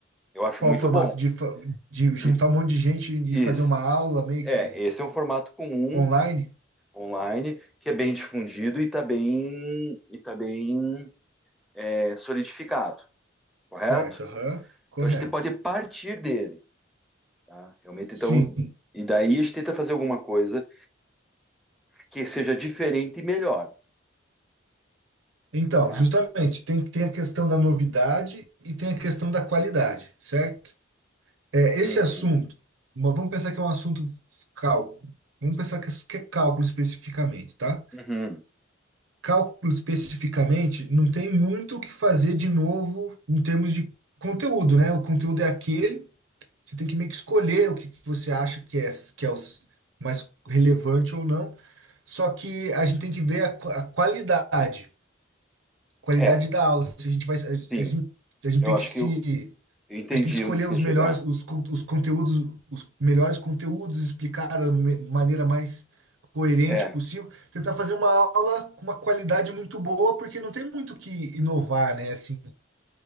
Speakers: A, in the centre; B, on the right.
A: Eu acho
B: qual
A: muito
B: o formato
A: bom.
B: de, fa- de
A: De-
B: juntar um monte de gente e
A: Esse,
B: fazer uma aula meio
A: é,
B: que
A: esse é um formato comum
B: online?
A: online, que é bem difundido e está bem, e tá bem é, solidificado, correto?
B: Certo, aham, Correto.
A: Então a gente pode partir dele, tá? Realmente,
B: Sim.
A: então, e daí a gente tenta fazer alguma coisa que seja diferente e melhor,
B: Então,
A: tá?
B: justamente, tem, tem a questão da novidade e tem a questão da qualidade, certo? É, esse
A: Uhum,
B: assunto, mas vamos pensar que é um assunto f- cálculo. Vamos pensar que é que é cálculo especificamente, tá?
A: uhum.
B: Cálculo especificamente não tem muito o que fazer de novo em termos de conteúdo, né? O conteúdo é aquele, você tem que meio que escolher o que você acha que é, que é o s- mais relevante ou não. Só que a gente tem que ver a, qua- a qualidade, qualidade
A: É,
B: da aula. Se a gente vai, a
A: sim,
B: gente, a gente
A: eu
B: tem
A: acho
B: que se
A: que eu, eu entendi
B: a gente tem que escolher
A: onde você quer
B: os melhores,
A: chegar.
B: os, con- os conteúdos, os melhores conteúdos, explicar da me- maneira mais coerente
A: É,
B: possível, tentar fazer uma aula com uma qualidade muito boa, porque não tem muito o que inovar, né? Assim,